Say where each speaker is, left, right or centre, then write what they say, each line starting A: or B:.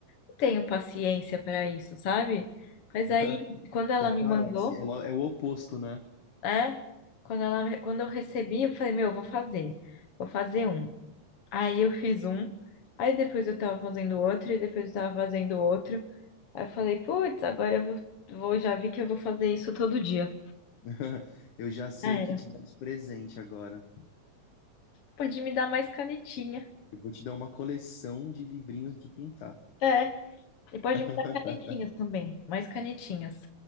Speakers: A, on the left; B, on the left.
A: não tenho paciência pra isso, sabe? Mas
B: <laughs>
A: aí, quando ela
B: até
A: me
B: parece.
A: mandou,
B: É lo- é o oposto, né?
A: é, quando ela, quando eu recebi, eu falei, meu, eu vou fazer. Vou fazer um. Aí eu fiz um, aí depois eu tava fazendo outro, e depois eu tava fazendo outro. Aí eu falei, putz, agora eu vou, vou- já vi que eu vou fazer isso todo dia.
B: <laughs> Eu já sei
A: Já era.
B: o que te dar de presente agora.
A: Pode me dar mais canetinha.
B: Eu vou te dar uma coleção de livrinhos de pintar.
A: É. E pode me
B: <laughs>
A: dar canetinhas também. Mais canetinhas.